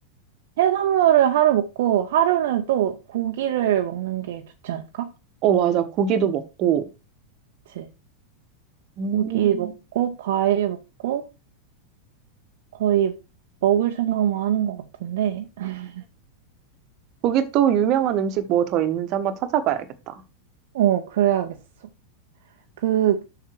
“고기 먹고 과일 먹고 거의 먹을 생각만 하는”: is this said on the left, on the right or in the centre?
Right